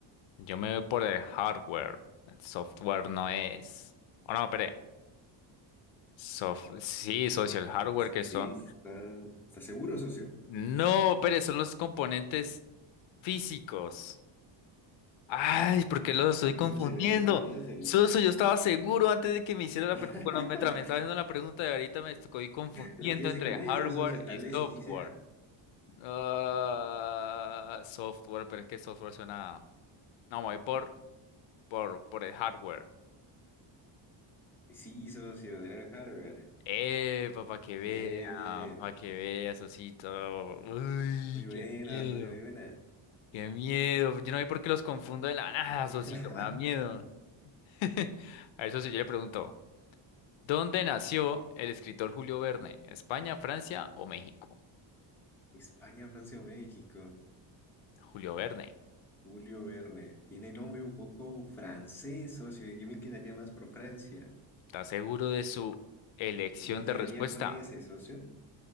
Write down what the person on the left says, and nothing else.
yo me voy por el hardware. El software no es. Oh, no, espere. Sof- sí, socio, el
hardware
que
son.
No, espere, son los componentes físicos. Ay, ¿por qué los estoy
confundiendo?
Socio, yo estaba seguro antes de que me hiciera la
pregunta. Cuando me, tra- me estaba haciendo la pregunta de ahorita, me estoy confundiendo
entre
hardware
y software.
Ah, software, pero es que software suena. No, me voy por, por, por el hardware.
Eh, para que vea,
para que vea, Sosito. Uy,
qué miedo,
qué miedo. Yo no sé por qué los confundo de la nada, Sosito,
me da miedo. <laughs> A ver, socio, yo le pregunto: ¿Dónde nació el escritor Julio Verne? ¿España, Francia o México?
Julio Verne,
¿estás seguro de su elección
de respuesta?